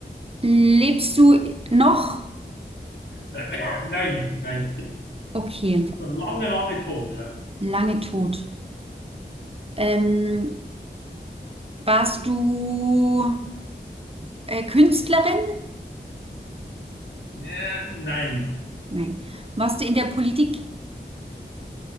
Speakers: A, on the right (about 30°); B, on the left (about 75°).
A: Lebst du noch?
B: Äh, <coughs> nein, nein.
A: Okay,
B: Schon lange, lange tot. Hä?
A: lange tot. Ähm, warst du äh, Künstlerin?
B: Äh, nein.
A: Nein. Warst du in der Politik?